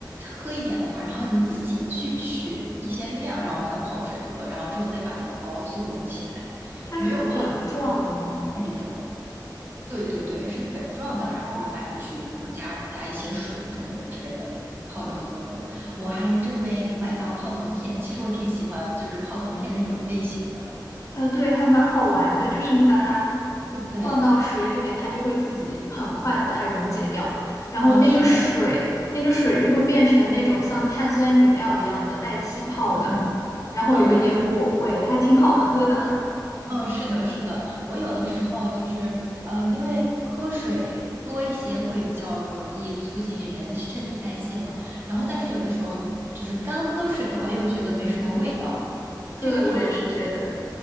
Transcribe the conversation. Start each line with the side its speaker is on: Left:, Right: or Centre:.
Right: 喝一点的话，然后你自己去取一些量，然后把它泡水喝，然后之后再把那个包塑封起来，
Left: 它是粉状的吗？
Right: 没有泡。种。对对对，是粉状的，
Left: 哦，
Right: 然后你买过去之后加加一些水什么的之类的，泡着喝的。我还真没买到泡腾片，其实我挺喜欢就是泡腾片那种类型的。
Left: 啊，对，还蛮好玩的，就是你把它
Right: 对
Left: 放到水里面，它就会自己很快的把它溶解掉，然后那个水，
Right: 嗯，是的，
Left: 那个水就会变成那种像碳酸饮料一样的带气泡的，
Right: 嗯嗯
Left: 然后有一点果味，
Right: 嗯，对，
Left: 还挺好喝的。<laughs>
Right: 嗯，是的，是的。我有的时候就是，呃，因为喝水多一些会比较容易促进人身体代谢嘛，然后但是有的时候就是干喝水的话又觉得没什么味道，
Left: 对，
Right: 这个时候。
Left: 我也是觉得。